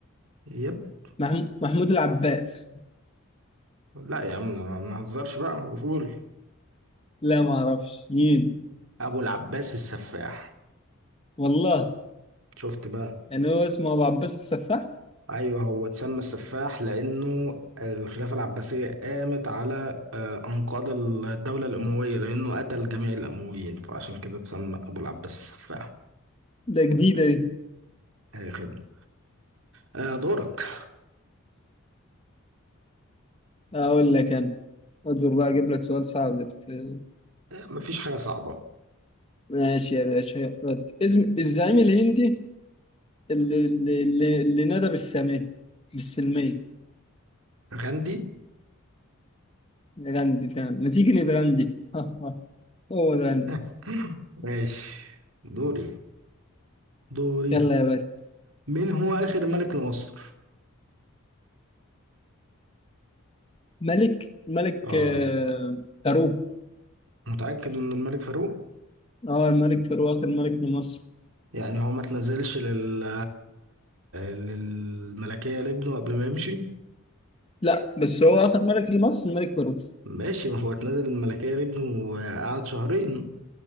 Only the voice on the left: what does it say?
محمود محمود العباس
لا ما اعرفش مين
والله
يعني هو اسمه ابو عباس السفاح
ده جديدة دي
اقول لك انا اصبر بقى اجيب لك سؤال صعب لت-
ماشي يا باشا ود. اسم الزعيم الهندي اللي اللي اللي, اللي نادى بالسامية بالسلمية
غاندي فعلا ما تيجي نتغندي <laughs> هو ده غاندي
يلا يا باشا
ملك ملك
آه، فاروق
اه الملك فاروق اخر ملك لمصر
لا بس هو اخر ملك لمصر الملك فاروق